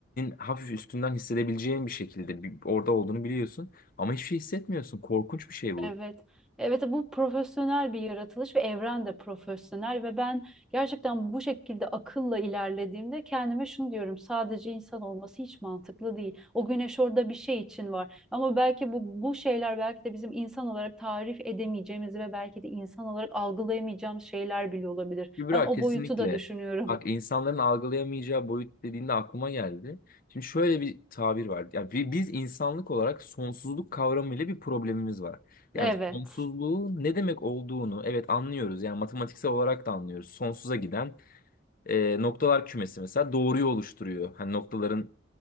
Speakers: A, on the left; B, in the centre.
A: hafif üstünden hissedebileceğin bir şekilde bir- orada olduğunu biliyorsun ama hiçbir şey hissetmiyorsun. Korkunç bir şey bu.
B: Evet. Evet bu profesyonel bir yaratılış ve evren de profesyonel ve ben gerçekten bu şekilde akılla ilerlediğimde kendime şunu diyorum sadece insan olması hiç mantıklı değil. O güneş orada bir şey için var ama belki bu, bu şeyler belki de bizim insan olarak tarif edemeyeceğimiz ve belki de insan olarak algılayamayacağımız şeyler bile olabilir.
A: Kübra
B: Ben o
A: kesinlikle.
B: boyutu da düşünüyorum.
A: Bak insanların algılayamayacağı boyut dediğinde aklıma geldi. Şimdi şöyle bir tabir var. Yani bi- biz insanlık olarak sonsuzluk kavramıyla bir problemimiz var. Yani
B: Evet.
A: sonsuzluğu ne demek olduğunu evet anlıyoruz. Yani matematiksel olarak da anlıyoruz. Sonsuza giden e, noktalar kümesi mesela doğruyu oluşturuyor. Hani noktaların